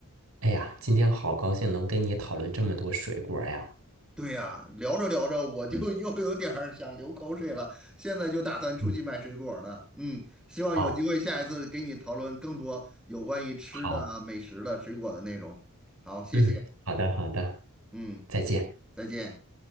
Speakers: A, on the right; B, in the centre.
A: 哎呀，今天好高兴能跟你讨论这么多水果呀！
B: 对呀，聊着聊着我就
A: 嗯
B: <laughs> 又有点儿想流口水了，现在就打算出去买水果儿了。
A: 嗯，
B: 嗯，希望有机会下一次给你讨论更多有关于吃的啊美食的、
A: 好，好，
B: 水果的内容。好，谢谢。
A: 嗯，好的，好的，
B: 嗯，
A: 再见。
B: 再见。